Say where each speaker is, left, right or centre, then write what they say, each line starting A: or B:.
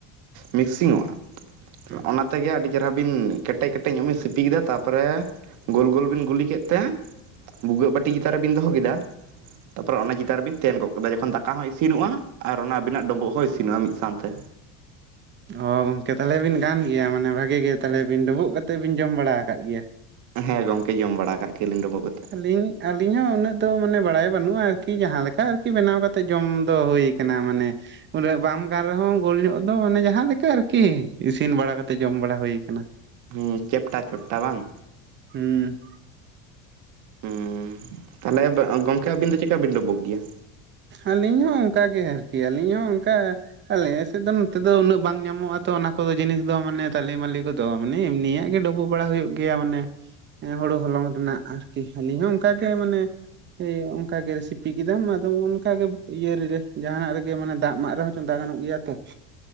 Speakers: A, on the right (about 50°); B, on the right (about 30°).
A: ᱢᱤᱠᱥᱤᱝᱚᱜᱼᱟ᱾ <unintelligible>
B: ᱦᱩᱸ
A: ᱚᱱᱟ ᱛᱮᱜᱮ ᱟᱹᱰᱤ ᱪᱮᱦᱨᱟ ᱵᱤᱱ ᱠᱮᱴᱮᱡ ᱠᱮᱴᱮᱡ ᱧᱚᱜ ᱵᱤᱱ ᱥᱤᱯᱤ ᱠᱮᱫᱟ᱾ ᱛᱟᱯᱚᱨᱮ ᱜᱳᱞ ᱜᱳᱞ ᱵᱤᱱ ᱜᱩᱞᱤ ᱠᱮᱫ ᱛᱮᱼᱼ ᱵᱷᱩᱜᱟᱹᱜ ᱵᱟᱹᱴᱤ ᱪᱮᱛᱟᱱ ᱨᱮᱵᱤᱱ ᱫᱚᱦᱚ ᱠᱮᱫᱟ᱾ ᱛᱟᱯᱚᱨᱮ ᱚᱱᱟ ᱪᱮᱛᱟᱱ ᱨᱮᱵᱤᱱ ᱛᱮᱱ ᱜᱚᱫ ᱠᱮᱫᱟ᱾ ᱡᱚᱠᱷᱚᱱ ᱫᱟᱠᱟ ᱦᱚᱸ ᱤᱥᱤᱱᱚᱜᱼᱟ ᱟᱨ ᱚᱱᱟ ᱟᱹᱵᱤᱱᱟᱜ ᱰᱳᱸᱵᱳᱜ ᱦᱚᱸ ᱤᱥᱤᱱᱚᱜᱼᱟ ᱢᱤᱫ ᱥᱟᱶᱛᱮ᱾
B: ᱚ ᱜᱚᱝᱠᱮ, ᱛᱟᱦᱚᱞᱮ ᱵᱤᱱ ᱜᱟᱱ ᱜᱮᱭᱟ᱾ ᱢᱟᱱᱮ ᱵᱷᱟᱜᱮ ᱜᱮ, ᱛᱟᱦᱚᱞᱮ ᱵᱤᱱ ᱰᱳᱵᱳᱜ ᱠᱟᱛᱮᱫ ᱵᱤᱱ ᱡᱚᱢ ᱵᱟᱲᱟ ᱟᱠᱟᱫ ᱜᱮᱭᱟ᱾
A: ᱦᱮᱸ ᱜᱚᱝᱠᱮ ᱡᱚᱢ ᱵᱟᱲᱟ ᱟᱠᱟᱜ ᱜᱮᱭᱟ ᱞᱤᱧ ᱰᱳᱵᱳᱜ ᱠᱟᱛᱮ᱾
B: ᱟᱞᱤᱧ, ᱟᱞᱤᱧ ᱦᱚᱸ ᱩᱱᱟᱹᱜ ᱫᱚ ᱢᱟᱱᱮ ᱵᱟᱲᱟᱭ ᱵᱟᱹᱱᱩᱜᱼᱟ ᱟᱨᱠᱤ ᱾ ᱡᱟᱦᱟᱸ ᱞᱮᱠᱟ ᱟᱨᱠᱤ ᱵᱮᱱᱟᱣ ᱠᱟᱛᱮᱫ ᱡᱚᱢ ᱫᱚ ᱦᱳᱭᱼᱼ ᱠᱟᱱᱟ ᱢᱟᱱᱮᱻ ᱩᱱᱟᱹᱜ ᱵᱟᱢ ᱜᱟᱱ ᱨᱮᱦᱚᱸ ᱜᱳᱞ ᱧᱚᱜ ᱫᱚ᱾ ᱢᱟᱱᱮ ᱡᱟᱦᱟᱸᱞᱮᱠᱟ ᱟᱨᱠᱤ ᱤᱥᱤᱱ ᱵᱟᱲᱟ ᱠᱟᱛᱮᱜ ᱡᱚᱢ ᱵᱟᱲᱟ ᱦᱳᱭ ᱠᱟᱱᱟ᱾
A: ᱦᱩᱸ, ᱪᱮᱯᱴᱟ ᱪᱮᱯᱴᱟ ᱵᱟᱝ᱾
B: ᱦᱩᱸ᱾
A: ᱦᱩᱸ, ᱛᱟᱦᱚᱞᱮ ᱜᱚᱝᱠᱮ ᱟᱹᱵᱤᱱ ᱫᱚ ᱪᱮᱫᱠᱟ ᱵᱤᱱ ᱰᱚᱵᱳᱩᱜ ᱜᱮᱭᱟ?
B: ᱟᱹᱞᱤᱧ ᱦᱚᱸ ᱚᱱᱠᱟᱜ ᱜᱮ ᱟᱨᱠᱤ ᱟᱹᱞᱤᱧ ᱦᱚᱸ ᱚᱱᱠᱟᱼᱼ ᱟᱞᱮ ᱥᱮᱫ ᱫᱚ ᱱᱚᱛᱮ ᱫᱚ ᱩᱱᱟᱹᱜ ᱵᱟᱝ ᱧᱟᱢᱚᱜᱼᱟ ᱛᱚ ᱾ ᱚᱱᱟ ᱠᱚ ᱡᱤᱱᱤᱥ ᱫᱚ ᱢᱟᱱᱮ ᱛᱟᱞᱮ ᱢᱟᱞᱮ ᱠᱚᱫᱚᱼᱼ ᱛᱚ ᱢᱟᱱᱮ ᱮᱢᱱᱤᱭᱟᱜ ᱜᱮ ᱰᱳᱵᱳᱜ ᱵᱟᱲᱟ ᱦᱳᱭᱳᱜ ᱜᱮᱭᱟ ᱢᱟᱱᱮ, ᱮᱸ ᱦᱳᱲᱳ ᱦᱚᱞᱚᱝ ᱨᱮᱱᱟᱜ ᱟᱨᱠᱤ, ᱟᱹᱞᱤᱧ ᱦᱚᱸ ᱚᱱᱠᱟ ᱜᱮ ᱢᱟᱱᱮ᱾ ᱤᱭᱟᱹ ᱚᱱᱠᱟ ᱜᱮ ᱥᱤᱯᱤ ᱠᱮᱫᱟᱢᱼᱼ ᱚᱱᱠᱟᱜᱮ ᱤᱭᱟᱹᱨ <unintelligible> ᱨᱮ ᱡᱟᱦᱟᱱᱟᱜ ᱨᱮᱜᱮ ᱢᱟᱱᱮ, ᱫᱟᱜ ᱢᱟᱜ ᱨᱮᱦᱚᱸ ᱪᱚᱸᱫᱟ ᱜᱟᱱᱚᱜ ᱜᱮᱭᱟ ᱛᱚ᱾